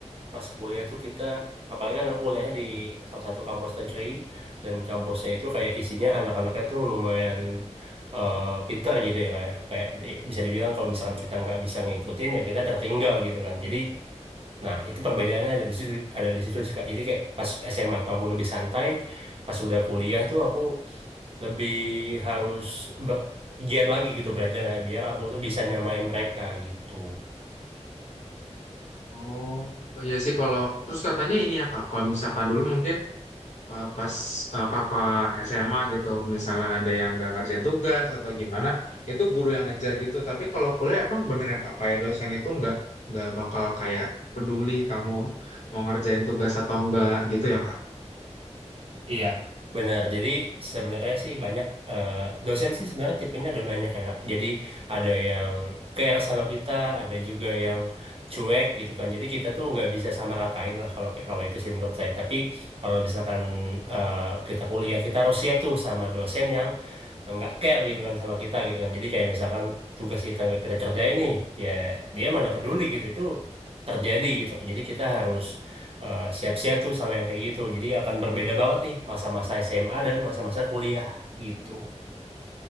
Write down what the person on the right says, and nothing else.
Pas kuliah tuh kita Apalagi kan aku kuliahnya di salah satu kampus negeri dan kampusnya itu kayak isinya anak-anaknya tuh lumayan eh, pinter gitu ya kayak kayak di- bisa dibilang kalau misalkan kita nggak bisa ngikutin ya kita tertinggal gitu kan. Jadi nah itu perbedaannya ada di situ ada di situ sih, Kak. Jadi kayak pas SMA tuh aku lebih santai, pas udah kuliah tuh aku lebih harus ber- giat lagi gitu belajarnya biar aku tuh bisa nyamain mereka gitu.
Iya, benar. Jadi sebenarnya sih banyak eh, dosen sih sebenarnya tipenya ada banyak ya, Kak. Jadi ada yang care sama kita, ada juga yang cuek gitu kan. Jadi kita tuh nggak bisa sama ratain lah kalau kalau itu sih menurut saya. Tapi kalau misalkan eh, kita kuliah, kita harus siap tuh sama dosen yang nggak care gitu kan sama kita gitu kan. Jadi kayak misalkan tugas kita nggak kita kerjain nih, ya dia mana peduli gitu. Itu terjadi gitu kan. Jadi kita harus eh, siap-siap tuh sama yang kayak gitu. Jadi akan berbeda banget nih masa-masa SMA dan masa-masa kuliah gitu.